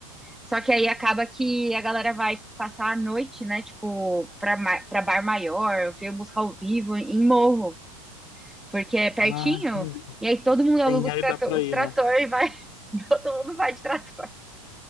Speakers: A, in the centre; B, on the left (about 60°).
A: Só que aí acaba que a galera vai passar a noite, né, tipo, pra, ma- pra bar maior, ver música ao vivo em morro, porque é pertinho.
B: Ah, entendi.
A: E aí todo mundo aluga
B: Sim,
A: os
B: aí
A: trator,
B: dá pra
A: os
B: ir,
A: trator
B: né?
A: e vai, <laughs> todo mundo vai de trator.